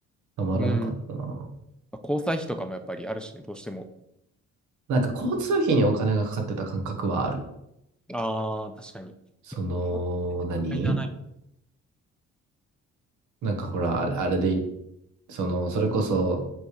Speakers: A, on the right; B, in the centre.
A: たまらなかったな。
B: うん。まあ交際費とかもやっぱりあるしね、どうしても。
A: なんか交通費にお金がかかってた感覚はある。
B: ああ、確かに。
A: その、
B: こういうの買いならない。
A: 何なんかほら、あれあれでその、それこそ、